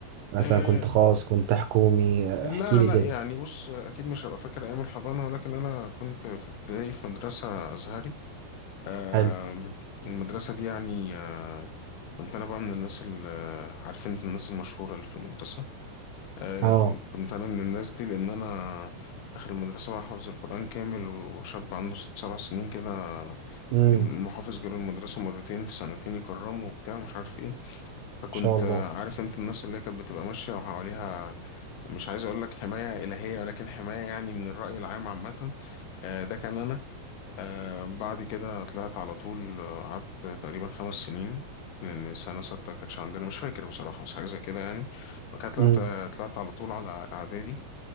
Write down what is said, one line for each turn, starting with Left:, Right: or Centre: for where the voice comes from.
Right: مثلا
Left: أه
Right: كنت خاص كنت حكومي آه،
Left: لا
Right: احكي لي
Left: لا
Right: كده
Left: يعني بص آه، اكيد مش هبقى فاكر ايام الحضانه ولكن انا كنت في ابتدائي في مدرسه ازهري أه
Right: حلو
Left: المدرسه دي يعني أه كنت انا بقى من الناس اللي عارف انت الناس المشهوره اللي في المدرسه آه
Right: اه
Left: كنت كنت انا من الناس دي لان انا داخل المدرسه بقى حافظ القران كامل وشاب عنده ست سبع سنين كده
Right: امم
Left: المحافظ
Right: ان
Left: جاله المدرسه مرتين في سنتين يكرمه وبتاع مش عارف ايه فكنت
Right: شاء الله
Left: آه، عارف انت الناس اللي هي كانت بتبقى ماشيه وحواليها مش عايز اقول لك حمايه الهيه ولكن حمايه يعني من الراي العام عامه آه ده كان انا آه بعد كده طلعت على طول آه، قعدت تقريبا خمس سنين لأن سنة ستة كانتش عندنا مش فاكر بصراحة بس حاجة زي كده يعني وكانت طلعت
Right: امم
Left: آه، طلعت على طول على إعدادي